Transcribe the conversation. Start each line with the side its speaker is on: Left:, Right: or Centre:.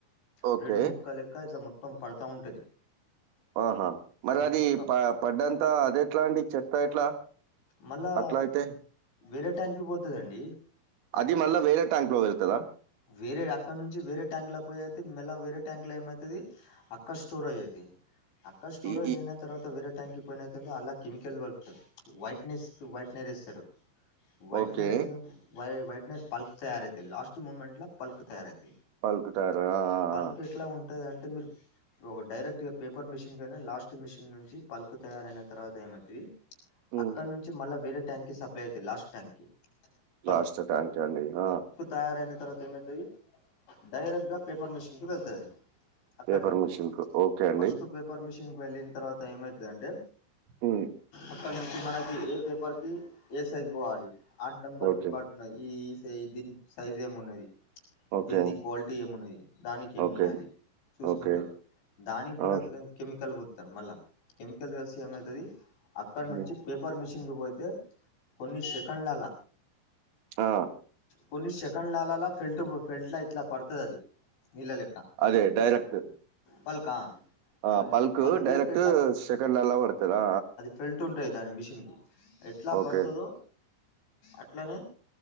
Right: ఓకే
Left: బ్రెడ్ ముక్క లెక్క ఇట్లా మొత్తం పడతా ఉంటది.
Right: ఆహా మరి
Left: మొత్తం
Right: అది ప పడ్డంతా అది ఎట్లా అండి చెత్తా ఎట్లా
Left: మళ్ళా
Right: అట్లా అయితే
Left: వేరే ట్యాంక్ పోతదండి.
Right: అది మళ్ళా వేరే ట్యాంక్ లో వెళ్తదా.
Left: వేరేడ్ అక్కడ నుంచి వేరే ట్యాంక్ లో పోయ్, అయితే మెల్లగా వేరే ట్యాంక్ లో ఏమైతది. అక్కడ్ స్టోరేజ్ అయితాయ్, అక్కడ్ స్టోరేజ్
Right: ఈ ఈ-
Left: ఎందట్ తర్వాత వేరే ట్యాంక్ పోయినతో అలా కెమికల్ కలుపుతారు వైట్నెస్. వైట్నెస్ ఇస్తారు. వైట్నేర్
Right: ఓకే
Left: వైట్నేర్ పల్ప్ తయారు అవుతాది. Last moment. పల్ప్ తయారవుతుంది
Right: పలుకుతారు ఆ, ఆ,
Left: పల్ప్
Right: ఆ.
Left: ఎట్లా ఉంటుంది అంటే మీరు ఓ డైరెక్ట్ గా పేపర్ మిషన్ కయినా లాస్ట్ మిషన్ నుంచి పల్ప్ తయారన తర్వాత ఏమైంది.
Right: ఉమ్.
Left: అక్కడ నుంచి మళ్ళా వేరే ట్యాంక్ కు సప్లై అవుతాయి లాస్ట్ ట్యాంక్ కి.
Right: లాస్ట్
Left: పల్క్
Right: ట్యాంకా అండి ఆ
Left: తయారైన తర్వాత ఏమైతాయి? డైరెక్ట్ గా పేపర్ మెషన్కి వెళ్తాది. అక్కడ
Right: పేపర్
Left: నుంచి
Right: మిషన్ కు ఓకే అండి
Left: ఫస్ట్ పేపర్ మిషన్ కు వెళ్ళిన తర్వాత ఏమైతుందింటే.
Right: ఉమ్,
Left: అక్కడ నుంచి మన ఏ పేపర్కి ఏ సైజ్ పోవాలి. ఆ నెంబర్
Right: ఓకే
Left: డిపార్ట్ అయి దీని సైజ్ ఏమి ఉన్నది?
Right: ఓకే
Left: దింది క్వాలిటీ ఏమున్నది దానికి ఏమి
Right: ఓకే
Left: ఇయ్యాలి చూసుకుంటారు.
Right: ఓకే
Left: దానికి కూడా
Right: ఆ,
Left: కెమికల్ కలుప్తారు మళ్ళా. కెమికల్ కలిసి ఏమైతుంది అక్కడ
Right: హ్మ్.
Left: నుంచి పేపరు పేపర్ మిషన్కి పోతే కొన్ని సెకెన్లుండాల
Right: ఆ,
Left: కొన్ని సెకండ్లలో ఫెల్ట్ లా ఇట్లా పడతాదాది నీళ్ళ లెక్క
Right: అదే డైరెక్ట్
Left: పల్కా
Right: ఆ
Left: కొన్ని
Right: పల్ప్
Left: పల్క్
Right: డైరక్ట్
Left: లెక్క
Right: సెకండ్లలో పడుతాది.
Left: బెల్ట్ ఉంటాయి దాని మిషన్కి ఎట్లా
Right: ఓకే
Left: పడుతాదో. అట్లనే